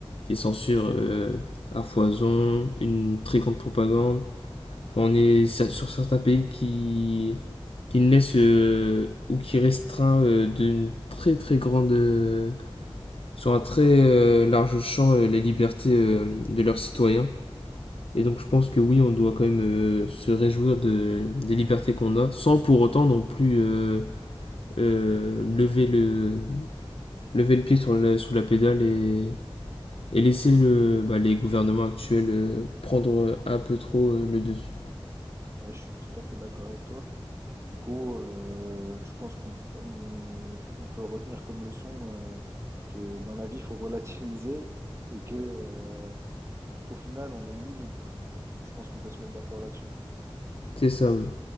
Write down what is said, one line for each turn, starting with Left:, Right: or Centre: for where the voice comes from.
Left: des censures euh, à foison, une très grande propagande. Enfin, on est sur certains pays qui, qui ne laissent euh, ou qui restreint euh, d'une très très grande, euh, sur un très euh, large champ, euh, les libertés euh, de leurs citoyens. Et donc je pense que oui, on doit quand même euh, se réjouir de, des libertés qu'on a, sans pour autant non plus euh, euh, lever, le, lever le pied sur la, sous la pédale et, et laisser le, bah, les gouvernements actuels euh, prendre un peu trop euh, le dessus.
Right: Ouais, je suis tout à fait d'accord avec toi. Du coup, euh, je pense qu'on on- on peut retenir comme leçon euh, que dans la vie, il faut relativiser et que euh, au final, on est mi-libre. Je pense qu'on peut se mettre d'accord là-dessus.
Left: C'est ça, oui.